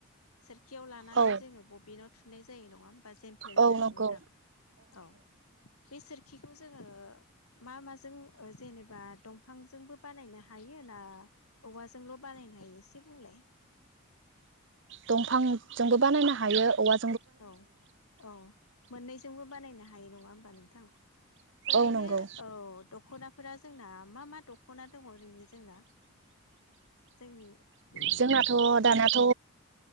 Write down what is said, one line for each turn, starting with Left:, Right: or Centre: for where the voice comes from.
Left: सोर खियाव लानानै
Right: औ
Left: जोङो बबिनाव थुननाय जायो नङा होमबा जेन्थेरजों
Right: औ नंगौ
Left: नोंथां औ बे सोरखिखौ जोङो मा माजों जेनेबा दंफांजोंबो बानायनो हायो ना? औवाजोंल' बानायनो हायो एसे बुंलाय।
Right: दंफांजोंबो बानायनो हायो औवा
Left: औ औ मोननैजोंबो बानायनो हायो नङा होमबा नोंथां। ओरैनो
Right: औ नंगौ
Left: औ दख'ना फोरा जोंना मा मा दख'ना दङ ओरैनि जोंना जोंनि
Right: जोंनाथ'
Left: औ
Right: दानाथ'